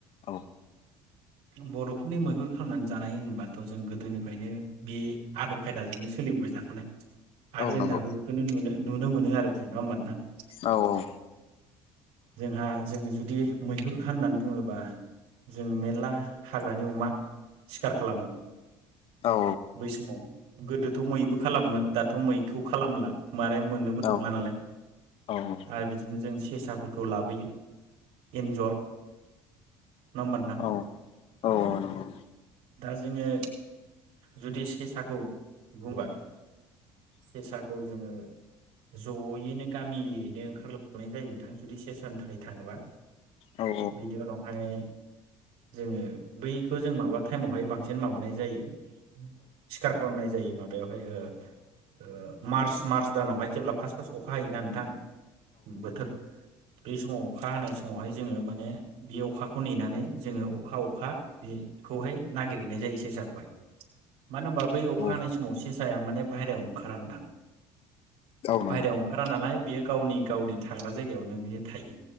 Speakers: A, on the left (about 60°); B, on the right (about 70°).
A: औ
B: बर'फोरनि मैहुर खालामनानै जानाय होनोबाथ' जों गोदोनिफ्रायनो बे आदब खायदाजोंनो सोलिबोबाय थाखानाय आरो
A: औ
B: जों
A: नंगौ
B: दाबो बेखौनो नुनो नुनो मोनो आरोखि। नङा होमबा नोंथां?
A: औ औ
B: जोंहा जों जुदि मैहुर खाननानै बुङोबा जों मेरला हाग्रानि अमा सिखार खालामो।
A: औ
B: बै समाव गोदोथ' मैबो खालामोमोन दाथ' मैखौ खालामला मारै मोननोबो
A: औ
B: थांला नालाय
A: औ
B: आर बिदिनो जों सि फेसाफोरखौ लाबोयो एन्जर नडा होनबा नोंथां?
A: औ औ नंगौ
B: दा जोङो जुदि सेसाखौ बुंबा सेसाखौ जोङो जयैनो गामियैनो ओंखारलांनाय जायो नोंथां जुदि सेसानि थाखाय थाङोबा।
A: औ
B: बिदि उनावहाय जोङो बैखौ जों माबा टाइमावहाय बांसिन माबानाय जायो। सिखार खालामनाय जायो। माबायाव फ्राय ओ ओ मार्च मार्च दानावहाय जेब्ला फार्स फार्स अखा हायोना नोंथां बोथोर बे समाव अखा हानाय समावहाय जोङो माने बे अखाखौ नेनानै जोङो अखा अखा बेखौहाय नागिरहैनाय जायो सेसाखौहाय। मानो होनबा बै अखा
A: औ
B: हानाय समाव सेस साया माने बाहेरायाव ओंखारा नोंथां।
A: औ औ
B: बाहेरायाव
A: नंगौ
B: ओंखारा नालाय बेयो गावनि गावनि थाग्रा जायगायावनो बियो थायो।